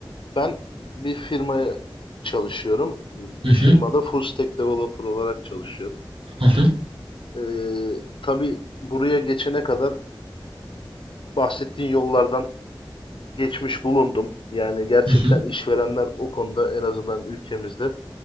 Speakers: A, on the left; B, on the right.
A: Ben bir firmaya çalışıyorum.
B: Hı
A: Bir firmada
B: hı,
A: full stack developer olarak çalışıyorum.
B: hı hı,
A: Ee, tabii buraya geçene kadar bahsettiğin yollardan geçmiş bulundum. Yani gerçekten
B: hı hı.
A: işverenler o konuda en azından ülkemizde